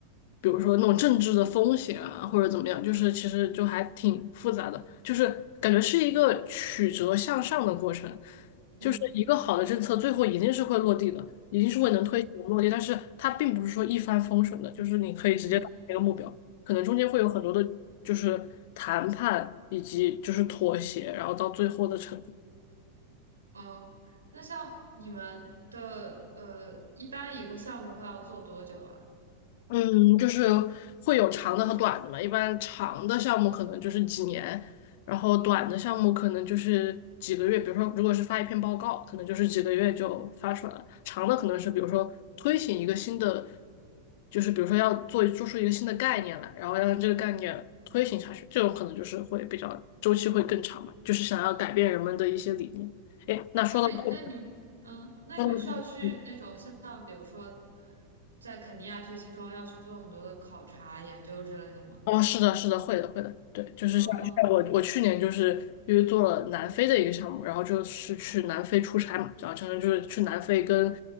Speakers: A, on the left (about 50°); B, on the right (about 75°).
A: 比如说那种政治的风险啊，或者怎么样，就是其实就还挺复杂的，就是感觉是一个曲折向上的过程，
B: 嗯
A: 就是一个好的政策最后一定是会落地的，一定是会能推行的落地，
B: 嗯
A: 但是它并不是说一帆风顺的，就是你可以直接达到一个目标，
B: 嗯
A: 可能中间会有很多的，就是谈判以及就是妥协，然后到最后的成。
B: 嗯，那像你们的呃，一般一个项目会要做多久啊？
A: 嗯，就是会有长的和短的嘛。一般长的项目可能就是几年，然后短的项目可能就是几个月。比如说，如果是发一篇报告，可能就是几个月就发出来了。长的可能是比如说推行一个新的，就是比如说要做做出一个新的概念来，然后让这个概念推行下去，这种可能就是会比较周期会更长嘛，就是想要改变人们的一些理念。哎，那说到这个，
B: 那么，那你们，嗯，那你们需要去那种像，
A: 说到这个。嗯
B: 比如说，在肯尼亚推行中要去做很多的考察研究之类的吗？
A: 哦，是的，是的，会的，会的，对，就是像就像我我去年就是因为做了南非的一个项目，
B: 哦，
A: 然后就是去南非出差嘛，然后相当于就是去南非跟